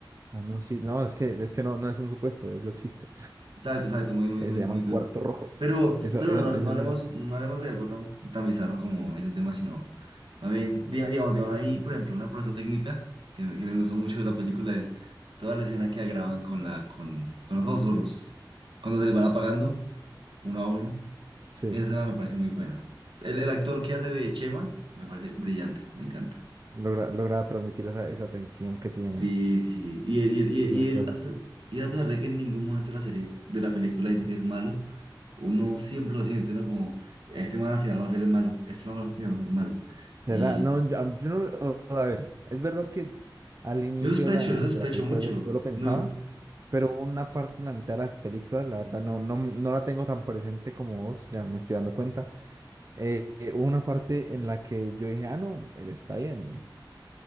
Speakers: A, on the right (about 40°); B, on the right (about 85°).
A: Ah, no, sí, no, es que, es que no, no es un supuesto, eso existe.
B: Exacto, exacto, muy, muy,
A: Eh,
B: muy,
A: se llaman
B: muy
A: cuartos
B: duro.
A: rojos.
B: Pero,
A: Eso,
B: pero
A: eso,
B: bueno, no,
A: eso,
B: no hablemos, no hablemos de algo tan, tan bizarro como ese tema, sino También, diga- digamos, digamos, a mí, por ejemplo, una proeza técnica que, me que me gustó mucho de la película es toda la escena que graban con, la, con, con los fósforos, cuando se les van apagando uno a uno.
A: sí,
B: Esa escena me parece muy buena. El, el actor que hace de Chema me parece brillante, me encanta.
A: logra, logra transmitir esa, esa tensión que tienen
B: Sí, sí. Y él, y él, y él-
A: en
B: y
A: la situación.
B: él, a pesar y a pesar de que en ningún momento de la serie de la película dice que es malo, uno siempre lo siente, ¿no? Como, este man al final va a ser el malo, este man al final va a ser el malo.
A: Será,
B: Y
A: no, yo, am- yo no, o- a ver, es verdad que al inicio
B: yo sospecho,
A: de la,
B: yo sospecho
A: de la película
B: mucho.
A: yo, yo lo pensaba,
B: No,
A: pero hubo una parte en la mitad de la película, la verdad no, no, no la tengo tan presente como vos, ya me estoy dando cuenta, eh, eh, hubo una parte en la que yo dije, ah, no, él está bien,